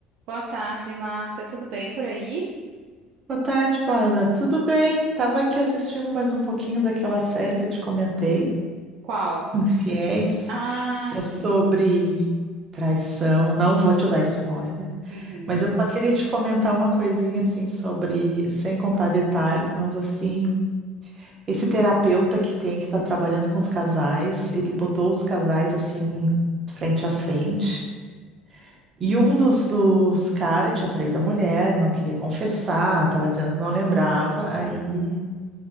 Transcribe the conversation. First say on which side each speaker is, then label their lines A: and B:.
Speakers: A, on the right; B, on the right.
A: Boa tarde, Marta. Tudo bem por aí?
B: Boa tarde, Bárbara. Tudo bem? Tava aqui assistindo mais um pouquinho daquela série que eu te comentei,
A: Qual?
B: Infiéis,
A: Ah,
B: que
A: sim.
B: é sobre traição. Não vou te dar spoiler,
A: Uhum.
B: mas eu só queria te comentar uma coisinha assim sobre, sem contar detalhes, mas assim, esse terapeuta que tem que tá trabalhando com os casais, ele botou os casais assim frente a frente. E um dos, dos caras tinha traído a mulher, não queria confessar, tava dizendo que não lembrava, aí